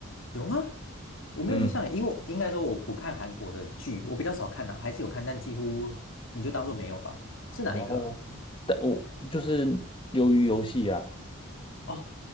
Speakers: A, on the left (about 65°); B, on the left (about 25°).
A: 有吗？我没有印象耶因为我应该说我不看韩国的剧，
B: 嗯，
A: 我比较少看啊，还是有看，但几乎你就当做没有吧。是哪一个啊？
B: 哦，但我就是鱿鱼游戏啊，
A: 哦。